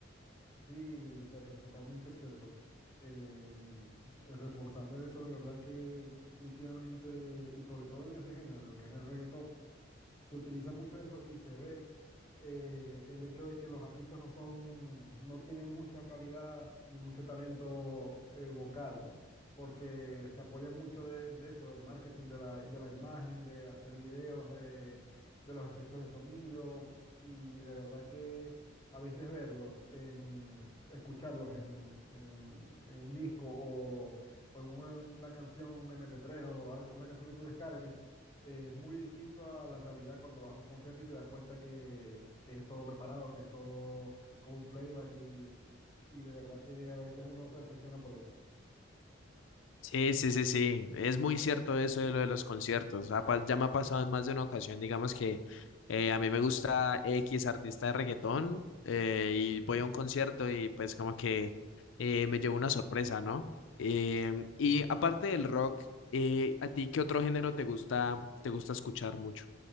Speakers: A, on the left; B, on the left.
A: Sí, Sergio, totalmente cierto. Eh, reforzando eso, de verdad que últimamente, y sobre todo en ese género, en lo que es el reggaetón, se utiliza mucho eso y se ve eh, el hecho de que los artistas no son, no tienen mucha calidad ni mucho talento eh, vocal, ¿no? Porque se apoya mucho de, de eso, del marketing de la, de la imagen, de hacer videos, de, de los efectos de sonido y de verdad que a veces verlos, en, escucharlos en un, en un, en un disco o, o en una canción MP3 o algo, una canción que tú descargues es muy distinto a la realidad cuando vas a un concierto y te das cuenta que, que es todo preparado, que es todo con un playback y, y de verdad que a veces uno se decepciona por eso. <laughs>
B: Sí, sí, sí, sí. Es muy cierto eso de lo de los conciertos. Ha pa- ya me ha pasado en más de una ocasión, digamos que eh, a mí me gusta X artista de reggaetón eh, y voy a un concierto y pues como que eh, me llevo una sorpresa, ¿no? Em,
A: Mm.
B: y aparte del rock, eh, ¿a ti qué otro género te gusta, te gusta escuchar mucho?